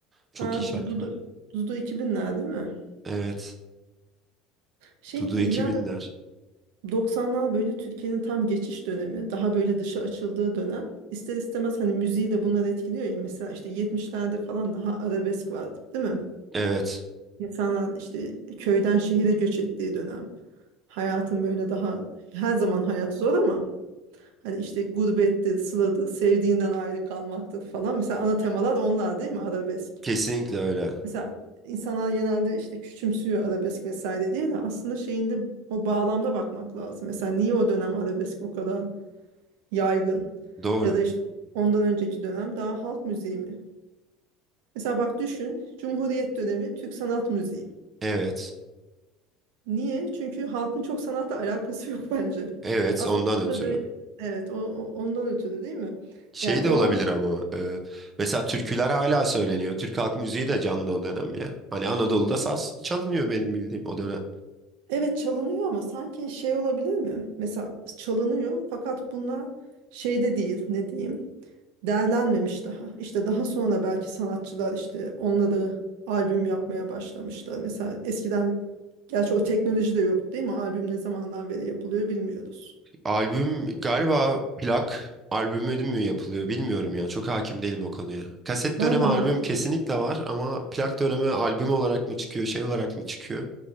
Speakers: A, on the right; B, on the right.
A: Çok
B: Ha
A: iyi şarkılar.
B: Dudu, Dudu, Dudu 2000'ler değil mi?
A: Evet.
B: Şey
A: Dudu
B: herhalde
A: 2000'ler.
B: 90'lar böyle Türkiye'nin tam geçiş dönemi, daha böyle dışa açıldığı dönem. İster istemez hani müziği de bunlar etkiliyor ya. Mesela işte 70'lerde falan daha arabesk vardı, değil mi?
A: Evet.
B: İnsanlar işte köyden şehire göç ettiği dönem. Hayatın böyle daha her zaman hayat zor ama hani işte gurbettir, sıladır, sevdiğinden ayrı kalmaktır falan. Mesela ana temalar onlar değil mi? Arabesk.
A: Kesinlikle öyle.
B: Mesela insanlar genelde işte küçümsüyor arabesk vesaire diye de aslında şeyinde o bağlamda bakmak lazım. Mesela niye o dönem arabesk o kadar yaygın?
A: Doğru.
B: Ya da işte ondan önceki dönem daha halk müziği mi? Mesela bak düşün Cumhuriyet dönemi Türk sanat müziği.
A: Evet.
B: Niye? Çünkü halkın çok sanatla alakası yok bence.
A: Evet
B: Aslında
A: ondan ötürü.
B: orada böyle evet o, o- ondan ötürü değil mi?
A: Şey
B: Yani o
A: de olabilir
B: at-
A: ama e, mesela türküler hala söyleniyor. Türk halk müziği de canlı o dönem ya. Hani Anadolu'da saz çalınıyor benim bildiğim o dönem.
B: evet çalınıyor ama sanki şey olabilir mi? Mesela çalınıyor fakat bunlar şeyde değil ne diyeyim? değerlenmemiş daha. İşte daha sonra belki sanatçılar işte onları albüm yapmaya başlamışlar. Mesela eskiden gerçi o teknoloji de yoktu değil mi? Albüm ne zamandan beri yapılıyor bilmiyoruz.
A: Albüm galiba plak albümü mü yapılıyor bilmiyorum ya. Çok hakim değilim o konuya. Kaset
B: Ben
A: dönemi
B: de
A: albüm
B: hayır.
A: kesinlikle var ama plak dönemi albüm olarak mı çıkıyor, şey olarak mı çıkıyor?